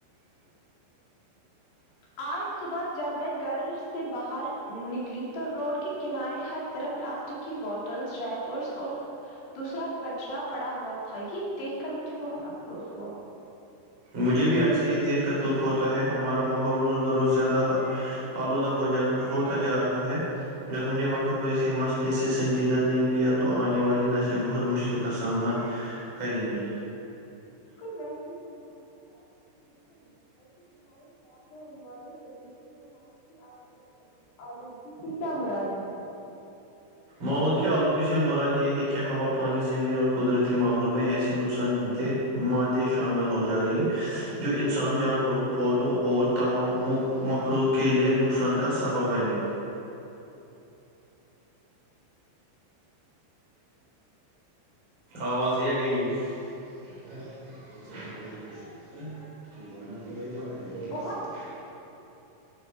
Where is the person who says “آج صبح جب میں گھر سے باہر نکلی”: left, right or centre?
Left